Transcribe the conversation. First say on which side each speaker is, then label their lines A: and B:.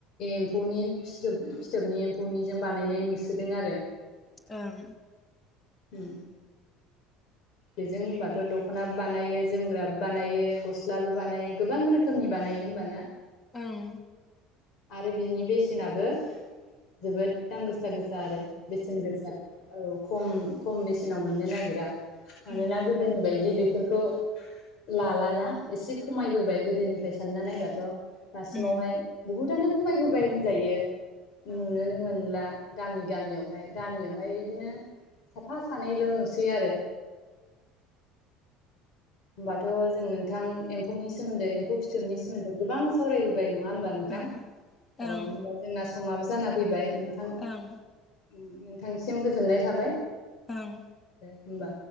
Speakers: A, on the left; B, on the left.
A: एम्फौनि फोसौब फिथोबनि एम्फौनिजों बानायनाय नुसोदों आरो।
B: ओं।
A: उम बेजों होमबाथ' दकनाबो बानायो जोमग्राबो बानायो गस्लाबो बानायो गोबां रोखोमनि बानायो होमबाना।
B: ओं।
A: आरो बिनि बेसेनाबो जोबोद दाम गोस सा गोसा आरो बेसेन गोसा औ खम खम बेसेनाव मोननो नागिरा‌। मानोना
B: ओं
A: गोदोनि बायदि बेफोरखौ। लालाना एसे खमायबोबाय गोदोनिफ्राय सानना नायबाथ' दासिमावहाय
B: ओं
A: बुहुथानो ख खमायबोबाय होनजायो।
B: ओं
A: नुनोनो मोनला। गामि गामियावहाय गामियावहाय इदिनो। साफा सानैल नुसै आरो। होमबाथ जों नोंथां एम्फौनि सोमोन्दै एम्फौ फिथोबनि सोमोन्दै गोबां सावरायबोबाय नों नङा होनमबा नोंथां
B: ओं
A: औ
B: ओं
A: होमबा जोंना स खमाबो जानानै फैब <unintelligible> नोंथां।
B: ओं
A: उम नोंथांनिसिम गोजोननाय थाबाय।
B: ओं।
A: होनबा।